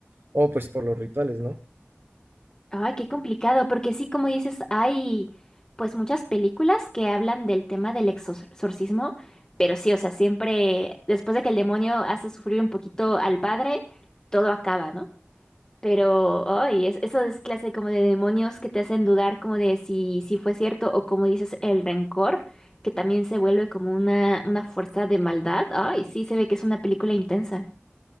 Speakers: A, on the right (about 60°); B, on the left (about 15°).
A: o pues por los rituales, ¿no?
B: Ay, qué complicado, porque sí, como dices, hay pues muchas películas que hablan del tema del exor- exorcismo, pero sí, o sea, siempre después de que el demonio hace sufrir un poquito al padre, todo acaba, ¿no? Pero, ay, es- eso es clase como de demonios que te hacen dudar como de si, si fue cierto o como dices, el rencor, que también se vuelve como una, una fuerza de maldad. Ay, sí, se ve que es una película intensa.